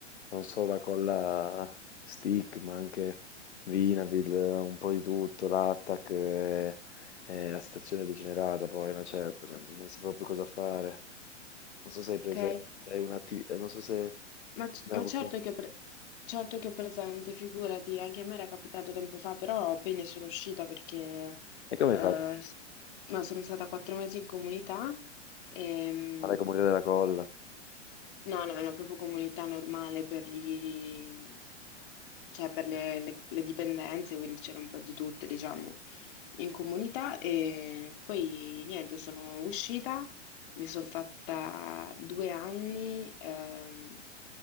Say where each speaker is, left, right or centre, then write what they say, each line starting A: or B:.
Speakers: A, on the left; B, on the left.
A: non solo la colla stick, ma anche Vinavid, un po' di tutto, l'Attack e, e la stazione degenerata, poi una certa, cioè, non sapevo più cosa fare. Non so se hai presente,
B: Ok?
A: hai un'attività, non so se
B: Ma, c-
A: mai
B: ma
A: avuto.
B: certo che, pre- certo che è presente, figurati, anche a me era capitato tempo fa, però poi ne sono uscita perché
A: E come
B: eh,
A: hai fatto?
B: s- ma sono stata quattro mesi in comunità e mm,
A: Ma l'hai comunità della colla?
B: no, no, è una proprio comunità normale per gli, cioè per le, le- le dipendenze, quindi c'era un po' di tutte, diciamo, in comunità e poi niente, sono uscita, mi sono fatta due anni. ehm,